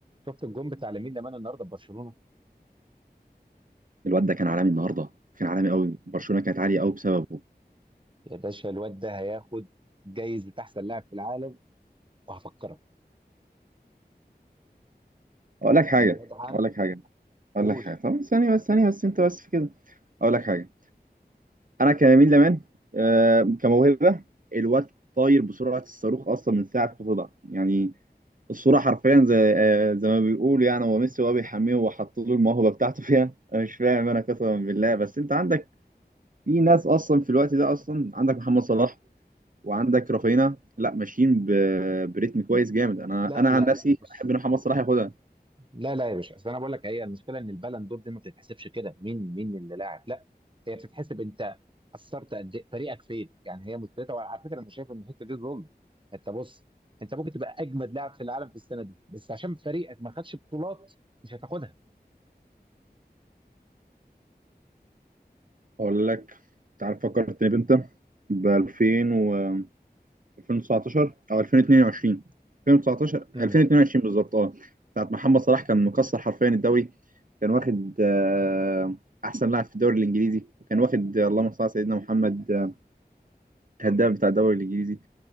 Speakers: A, on the right (about 30°); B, on the right (about 55°).
A: شفت الجون بتاع لامين يامال النهارده في برشلونه
B: الواد ده كان عالمي النهارده كان عالمي قوي برشلونه كانت عاليه قوي بسببه
A: يا باشا الواد ده هياخد جايزه احسن لاعب في العالم وهفكرك
B: اقول لك حاجه
A: الواد عام
B: اقول لك حاجه اقول
A: قول
B: لك حاجه طب ثانيه بس ثانيه بس انت بس في كده اقول لك حاجه انا كيمين لمان آه كموهبه الواد طاير بسرعه الصاروخ اصلا من ساعه ما طلع يعني الصوره حرفيا زي آه زي ما بيقولوا يعني هو ميسي وهو بيحميه وحط له الموهبه بتاعته فيها انا مش فاهم انا قسما بالله بس انت عندك في ناس اصلا في الوقت ده اصلا عندك محمد صلاح وعندك رافينا لا ماشيين ب- بريتم كويس جامد انا
A: لا
B: انا عن
A: لا
B: نفسي
A: لا بص
B: احب ان محمد صلاح ياخدها
A: لا لا يا باشا اصل انا بقول لك هي المشكله ان البالون دور دي ما بتتحسبش كده مين مين اللي لاعب لا هي بتتحسب انت اثرت قد ايه فريقك فين يعني هي مشكلتها وعلى فكره انا شايف ان الحته دي ظلم انت بص انت ممكن تبقى اجمد لاعب في العالم في السنه دي بس عشان فريقك ما خدش بطولات مش هتاخدها
B: اقول لك انت عارف فكرتني بامتى ب 2000 و 2019 او 2022 2019
A: امم
B: 2022 بالظبط اه بتاعت محمد صلاح كان مكسر حرفيا الدوري كان واخد آه، احسن لاعب في الدوري الانجليزي وكان واخد آه، اللهم صل على سيدنا محمد آه، الهداف بتاع الدوري الانجليزي